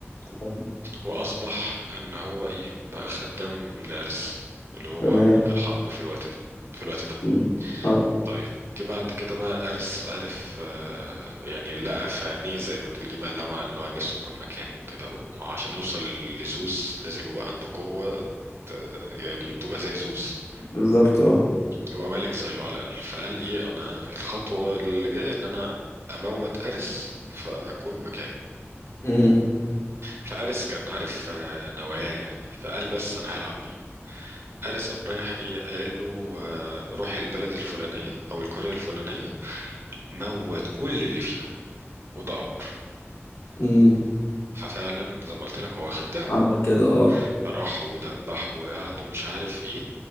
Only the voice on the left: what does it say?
تمام
تمام
امم اه
بالظبط اه
امم
امم
عمل كده اه